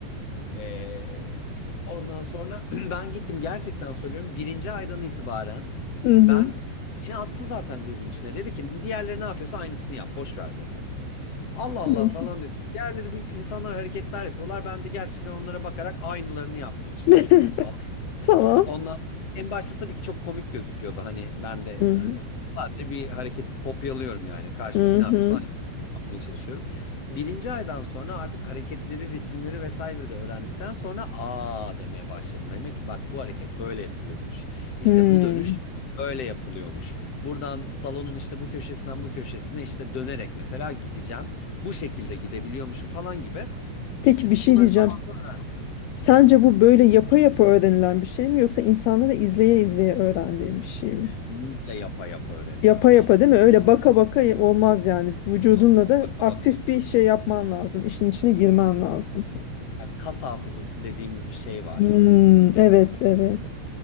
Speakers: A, on the left (about 40°); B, on the left (about 85°).
A: E, ondan sonra <clears throat> ben gittim gerçekten söylüyorum. Birinci aydan itibaren
B: Hı hı.
A: ben beni attı zaten grubun içine. Dedi ki diğerleri ne yapıyorsa aynısını yap, boş ver dedi. Allah Allah
B: Hı.
A: falan dedim. Diğerleri bir insanlar hareketler yapıyorlar. Ben de gerçekten onlara bakarak aynılarını yapmaya çalışıyordum
B: <laughs>
A: falan.
B: Tamam.
A: Ondan en başta tabii ki çok komik gözüküyordu. Hani ben de
B: Hı hı.
A: hani sadece bir hareketi kopyalıyorum yani. Karşımdaki
B: Hı
A: ne yapıyorsa
B: hı.
A: aynı yapmaya çalışıyorum. Birinci aydan sonra artık hareketleri, ritimleri vesaireleri öğrendikten sonra aa demeye başladım. Demek ki bak bu hareket böyle yapılıyormuş. İşte
B: Hı.
A: bu dönüş böyle yapılıyormuş. Buradan salonun işte bu köşesinden bu köşesine işte dönerek mesela gideceğim. Bu şekilde gidebiliyormuşum falan gibi.
B: Peki bir şey
A: Bunları
B: diyeceğim.
A: zamanla
B: Sence bu böyle yapa yapa öğrenilen bir şey mi yoksa insanda da izleye izleye öğrendiğin bir şey
A: kesinlikle
B: mi?
A: yapa yapa öğrenilen
B: Yapa yapa
A: bir şey.
B: değil mi? Öyle baka baka y- olmaz yani. Vücudunla
A: Yok.
B: da
A: Baka
B: aktif
A: baka olmaz.
B: bir şey yapman lazım. İşin içine girmen lazım.
A: kas hafızası dediğimiz bir şey var.
B: Hmm, evet evet.